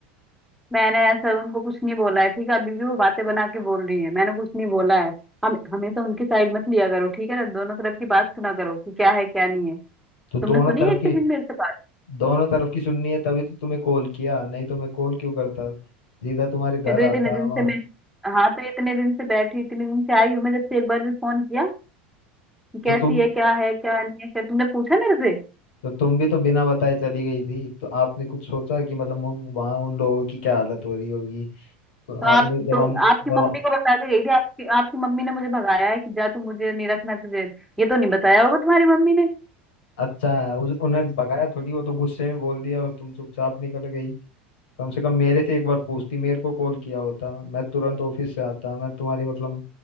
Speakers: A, in the centre; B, on the left.
A: मैंने ऐसा उनको कुछ नहीं बोला है ठीक है अभी भी वो बातें बना के बोल रही है मैंने कुछ नहीं बोला है हम हमेशा उनकी साइड मत लिया करो ठीक है ना दोनों तरफ की बात सुना करो कि क्या है क्या नहीं है
B: तो दोनों
A: तुमने सुनी
B: तरफ
A: है एक
B: की
A: भी दिन मेरे से बात
B: दोनों तरफ की सुननी है तभी तो तुम्हें कॉल किया नहीं तो मैं कॉल क्यों करता सीधा तुम्हारे घर
A: मैं तो
B: आता
A: इतने दिन
B: वहाँ
A: से मैं हाँ तो इतने दिन से बैठी इतने दिन से आई हूँ मैं जब से एक बार भी फोन किया कि
B: तो
A: कैसी
B: तुम
A: है क्या है क्या नहीं है क्या तुमने पूछा मेरे से
B: तो तुम भी तो बिना बताए चली गई थी तो आपने कुछ सोचा कि मतलब उन वहाँ उन लोगों की क्या हालत हो रही होगी तो
A: तो आप
B: आपने जब
A: तो
B: हम जब
A: आपकी मम्मी
B: हम-
A: को बता के गई थी आपकी आपकी मम्मी ने मुझे भगाया है कि जा तू मुझे नहीं रखना तुझे ये तो नहीं बताया होगा तुम्हारी मम्मी ने
B: अच्छा है उस, उन्हें भगाया थोड़ी वो तो गुस्से में बोल दिया और तुम चुपचाप निकल गई कम से कम मेरे से एक बार पूछती मेरे को कॉल किया होता मैं तुरंत ऑफिस से आता मैं तुम्हारी मतलब